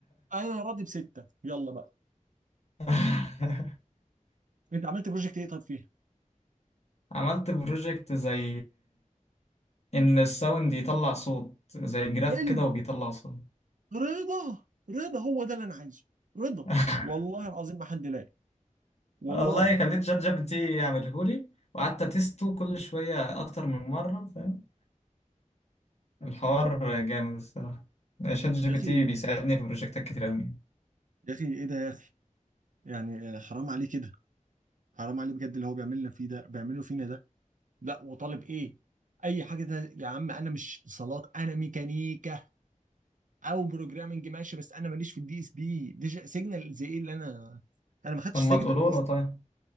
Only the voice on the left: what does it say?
<laughs>
عملت بروجكت زي ان الساوند يطلع صوت زي جراف
كده وبيطلع صوت
<laughs>
والله خليت شات جي بي تي يعمله لي وقعدت اتسته كل شوية اكتر من مرة فاهم الحوار جامد الصراحة شات جي
بي
تي بيساعدني في بروجكتات كتير قوي
طب
ما تقولوا
له طيب